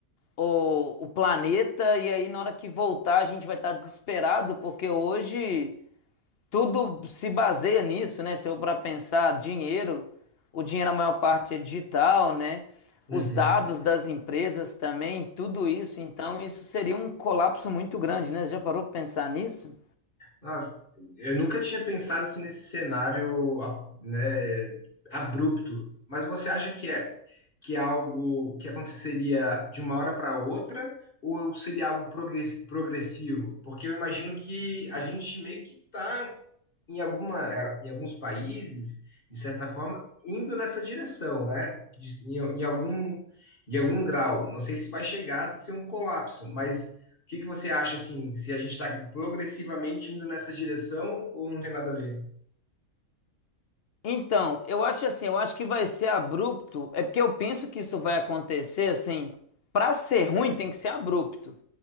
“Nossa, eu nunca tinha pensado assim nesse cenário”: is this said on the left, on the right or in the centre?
Left